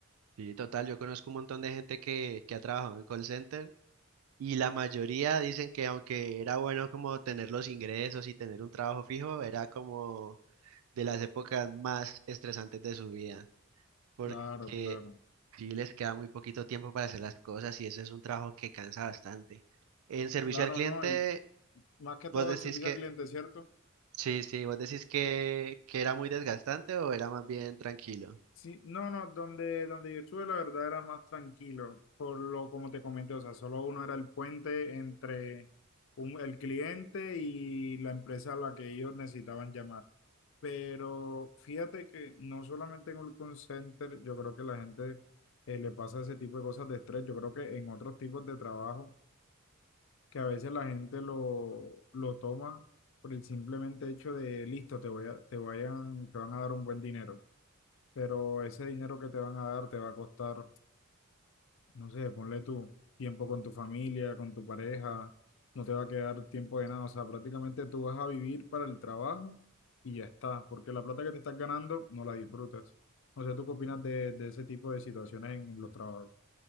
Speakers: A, on the right; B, on the left.
A: Sí, total, yo conozco un montón de gente que, que ha trabajado en call center y la mayoría dicen que aunque era bueno como tener los ingresos y tener un trabajo fijo, era como de las épocas más estresantes de su vida. porque
B: Claro, claro.
A: Sí, les queda muy poquito tiempo para hacer las cosas y eso es un trabajo que cansa bastante. En servicio
B: Claro,
A: al cliente,
B: ¿no? Y más que todo
A: vos decís
B: el servicio
A: que,
B: al cliente, ¿cierto?
A: sí, sí, vos decís que, que era muy desgastante o era más bien tranquilo.
B: Sí, no, no, donde, donde yo estuve la verdad era más tranquilo, por lo como te comenté, o sea, solo uno era el puente entre un- el cliente y la empresa a la que ellos necesitaban llamar. Pero fíjate que no solamente en el call center, yo creo que la gente eh, le pasa ese tipo de cosas de estrés, yo creo que en otros tipos de trabajo, que a veces la gente lo, lo toma por el simplemente hecho de, listo, te voy a, te vayan, te van a dar un buen dinero pero ese dinero que te van a dar te va a costar, no sé, ponle tu tiempo con tu familia, con tu pareja, no te va a quedar tiempo de nada, o sea, prácticamente tú vas a vivir para el trabajo y ya está, porque la plata que te estás ganando no la disfrutas. O sea, ¿tú qué opinas de, de ese tipo de situaciones en, en los trabajos?